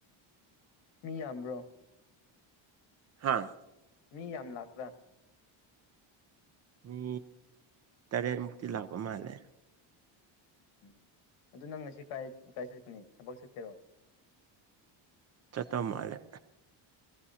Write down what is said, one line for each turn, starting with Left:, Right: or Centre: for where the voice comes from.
Left: ꯃꯤ ꯌꯥꯝꯕ꯭ꯔꯣ
Right: ꯍꯥꯥ
Left: ꯃꯤ ꯌꯥꯝ ꯂꯥꯛꯄ꯭ꯔꯥ
Right: ꯃꯤ ꯇꯔꯦꯠꯃꯨꯛꯇꯤ ꯂꯥꯛꯄ ꯃꯥꯜꯂꯦ
Left: ꯎꯝ ꯑꯗꯨ ꯅꯪꯁꯤ ꯀꯥꯏ ꯀꯥꯏ ꯆꯠꯀꯅꯤ ꯊꯕꯛ ꯆꯠꯀꯦꯔꯣ
Right: ꯆꯠꯇꯧ ꯃꯥꯜꯂꯦ